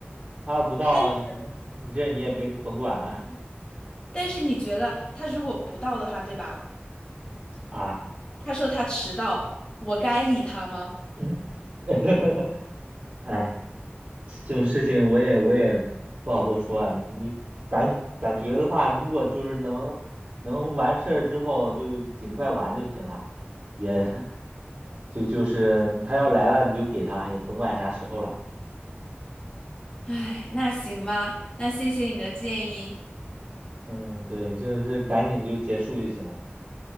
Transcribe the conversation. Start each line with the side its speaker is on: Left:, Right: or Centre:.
Right: 他要不到，
Left: 但是
Right: 你你这你也别甭管了
Left: 但是你觉得他如果不到的话，对吧？
Right: <laughs> 啊。
Left: 他说他迟到，我该理他吗？
Right: 嗯，<laughs> 哎，这种事情我也我也不好多说啊。你感感觉的话，如果就是能能完事儿之后就尽快完就行了，也 <laughs> 就就是他要来了你就给他，也甭管啥时候了。
Left: 哎，那行吧，那谢谢你的建议。
Right: 嗯，对，就是赶紧就结束就行了。